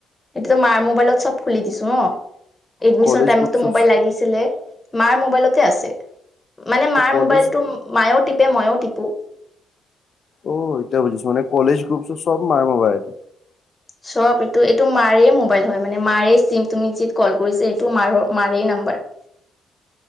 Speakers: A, on the left; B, on the left.
A: সেইটো ত মাৰ মোবাইলত চব খুলি দিছো ন এডমিচন
B: কলেজ
A: টাইমটো
B: গ্ৰুপ চুপ
A: মোবাইল লাগিছে। আছিলে মাৰ মোবাইলতে আছে। মানে মাৰ
B: কলেজ
A: মোবাইলটো মায়েও টিপে মই টিপো।
B: অ এতিয়া বুজিছো মান কলেজ গ্ৰুপ শ্ৰোপ চব মাৰ মোবাইল।
A: চব এইটো এইটো মাৰে মোবাইল হয় মানে মাৰে চিম তুমি যি কল কৰিছা এইটো মাৰ মাৰেই নাম্বাৰ।